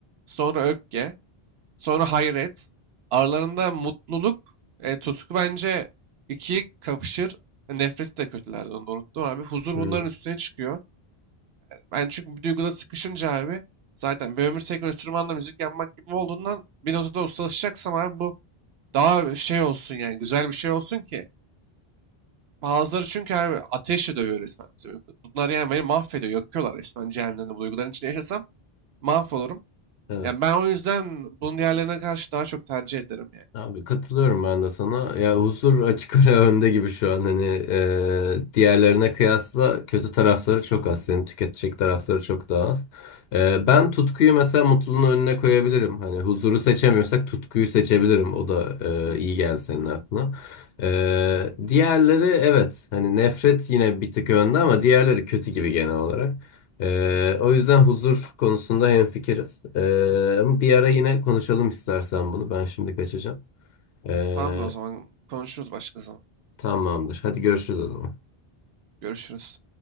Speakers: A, on the right (about 80°); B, on the left (about 75°).
A: Sonra öfke. Sonra hayret. Aralarında mutluluk, e, tutku bence ikiyi kapışır. E, Nefreti de kötülerden onu da unuttum abi. Huzur bunların
B: Hı.
A: üstüne çıkıyor. Ben çünkü bir duyguda sıkışınca abi zaten bir ömür tek enstrümanla müzik yapmak gibi olduğundan bir notada ustalaşacaksam abi bu daha şey olsun yani güzel bir şey olsun ki. Bazıları çünkü abi ateşle dövüyor resmen bizi. uyku. Bunlar yani beni mahvediyor, yakıyorlar resmen cehennemde. Bu duyguların içinde yaşasam mahvolurum.
B: Evet.
A: Yani ben o yüzden bunun diğerlerine karşı daha çok tercih ederim yani.
B: Abi katılıyorum ben de sana. Ya huzur açık ara önde gibi şu an hani e, diğerlerine kıyasla kötü tarafları çok az. Senin tüketecek tarafları çok daha az. E, ben tutkuyu mesela mutluluğun önüne koyabilirim. Hani huzuru seçemiyorsak tutkuyu seçebilirim. O da e, iyi geldi senin aklına. E, diğerleri evet hani nefret yine bir tık önde ama diğerleri kötü gibi genel olarak. E, o yüzden huzur konusunda hemfikiriz. E, ama bir ara yine konuşalım istersen bunu. Ben şimdi kaçacağım. Ee,
A: Tamamdır o zaman. Konuşuruz başka zaman.
B: tamamdır. Hadi görüşürüz o zaman.
A: Görüşürüz.